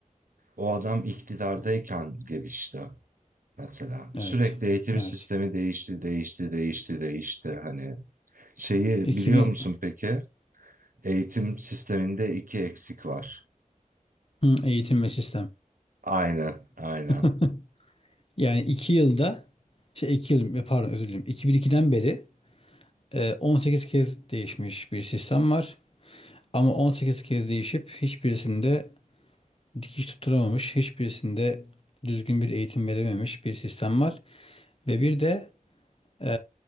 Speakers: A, on the right (about 80°); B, on the left (about 45°).
A: o adam iktidardayken gelişti mesela. Sürekli
B: evet.
A: eğitim
B: Evet.
A: sistemi değişti, değişti, değişti, değişti. Hani şeyi
B: 2000
A: biliyor musun peki? Eğitim sisteminde iki eksik var.
B: Hmm, eğitim ve sistem.
A: Aynen, aynen.
B: <laughs> Yani 2 yılda şey 2 yıl pardon özür dilerim. 2002'den beri e, 18 kez değişmiş bir sistem var. Ama 18 kez değişip hiçbirisinde dikiş tutturamamış, hiçbirisinde düzgün bir eğitim verememiş bir sistem var. Ve bir de e,